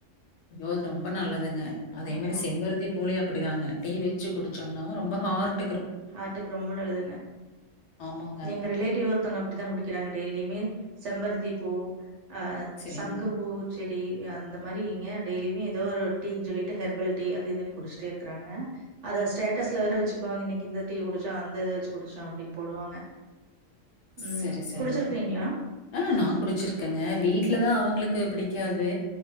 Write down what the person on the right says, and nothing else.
ஆமா.
ஹார்ட்டுக்கு ரொம்ப நல்லதுங்க
எங்க ரிலேட்டிவ் ஒருத்தவங்க அப்படித்தா குடிக்கிறாங்க டெய்லியுமே செம்பருத்தி பூ அ
சங்குப்பூ செடி அந்த மாரிங்க டெய்லியுமே ஏதோ ஒரு டீன் சொல்லிட்டு ஹெர்பல் டீ அது இதுன்னு குடிச்ட்டே இருக்கறாங்க அத ஸ்டேட்டஸ்ல வேற வெச்சுக்குவாங்க இன்னைக்கு இந்த டீ குடிச்சோ அந்த இது வெச்சு குடிச்சோ அப்டின் போடுவாங்க ம்
குடிச்சிருக்கிறீங்களா?